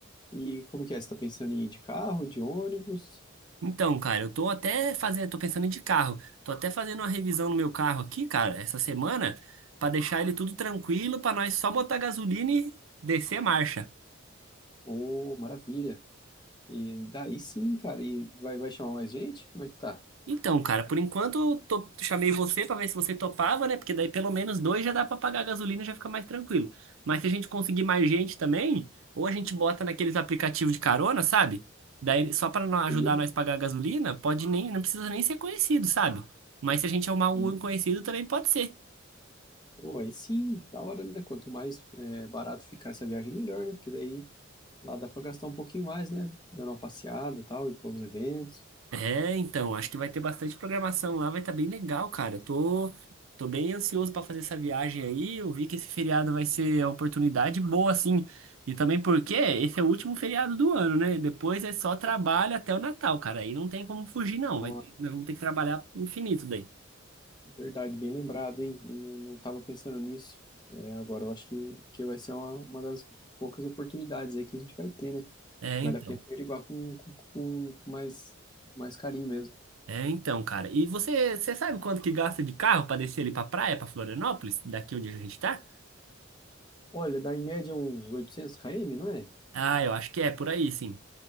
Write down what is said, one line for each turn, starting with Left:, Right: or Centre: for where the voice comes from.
Left: E como que é? Você tá pensando em ir de carro, de ônibus?
Right: Então, cara, eu tô até fazendo, tô pensando em de carro. Tô até fazendo uma revisão no meu carro aqui, cara, essa semana, pra deixar ele tudo tranquilo, pra nós só botar gasolina e descer a marcha.
Left: Ô, maravilha. E daí sim, cara. E vai, vai chamar mais gente? Como é que tá?
Right: Então, cara, por enquanto eu tô- chamei você pra ver se você topava, né? Porque daí pelo menos dois já dá pra pagar a gasolina e já fica mais tranquilo. Mas se a gente conseguir mais gente também, ou a gente bota naqueles aplicativos de carona, sabe? Daí só pra nó- ajudar
Left: Sim,
Right: nós a pagar a gasolina, pode nem, não precisa nem ser conhecido, sabe? Mas se a gente arrumar algum
Left: sim.
Right: conhecido também pode ser.
Left: Pô, aí sim, da hora, né? Quanto mais é, barato ficar essa viagem, melhor, né? Porque daí lá dá pra gastar um pouquinho mais, né? Dando uma passeada e tal, ir para os eventos.
Right: É, então, acho que vai ter bastante programação lá, vai estar bem legal, cara. Eu Tô, tô bem ansioso para fazer essa viagem aí. Eu vi que esse feriado vai ser uma oportunidade boa, assim. E também porque esse é o último feriado do ano, né? Depois é só trabalho até o Natal, cara. Aí não tem como fugir, não.
Left: Nossa,
Right: Vai, nós vamos ter que trabalhar infinito daí.
Left: verdade, bem lembrado, hein? Não, não não tava pensando nisso. É, agora eu acho que, que vai ser uma, uma das poucas oportunidades aí que a gente vai ter, né?
Right: É,
Left: Acho que vale
Right: então.
Left: a pena averiguar com, com, com, com mais, mais carinho mesmo.
Right: É, então, cara. E você, você sabe quanto que gasta de carro para descer ali pra praia, pra Florianópolis, daqui onde a gente tá?
Left: Olha, dá em média uns oitocentos km, não é?
Right: Ah, eu acho que é por aí, sim.